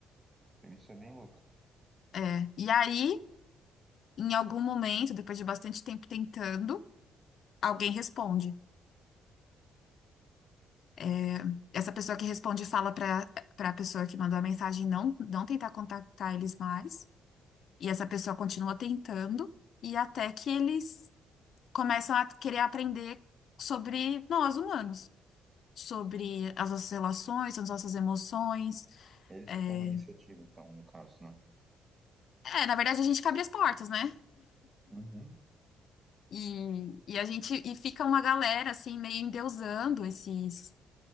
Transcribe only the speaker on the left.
É. E aí, em algum momento, depois de bastante tempo tentando, alguém responde. É, essa pessoa que responde fala para para a pessoa que mandou a mensagem não, não tentar contactar eles mais. E essa pessoa continua tentando, e até que eles começam a querer aprender sobre nós humanos, sobre as nossas relações, as nossas emoções.
É,
é, na verdade, a gente que abre as portas, né?
E, e a gente e fica uma galera assim, meio endeusando esses.